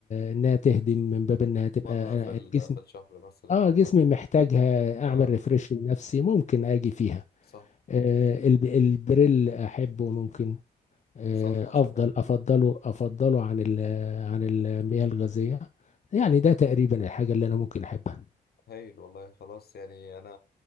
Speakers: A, on the left; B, on the left.
A: انها تهدم من باب انها تبقى
B: مرة
A: آه،
B: في ال-
A: الجسم
B: في الشهر مثلا
A: اه
B: ولا
A: جسمي
B: حاجة
A: محتاجها اعمل
B: اه
A: ريفرش لنفسي ممكن اجي فيها
B: صح
A: آه الب- البريل احبه ممكن آه
B: صح عشان
A: افضل
B: ال...
A: افضله افضله عن ال- عن المياه الغازيه يعني
B: طبعا
A: ده تقريبا الحاجه اللي انا ممكن احبها
B: هايل والله خلاص يعني انا